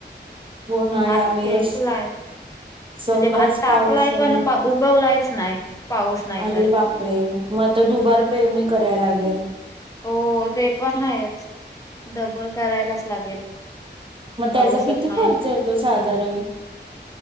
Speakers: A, on the right (about 30°); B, on the left (about 20°).
A: हो ना
B: भात
A: ह्या वेळेला
B: फेकलाय
A: सगळंच
B: म्हणजे भात टाकलाय
A: पावसामुळे
B: पण पा उगवलायच नाही पाऊस नाही
A: अरे
B: तर
A: बापरे म आता दुबार पेरणी कराय लागेल
B: हो ते पण आहेाच डबल करायलाच लागेल
A: म
B: पाऊसच
A: त्याचा किती
B: नाही
A: खर्च येतो साधारण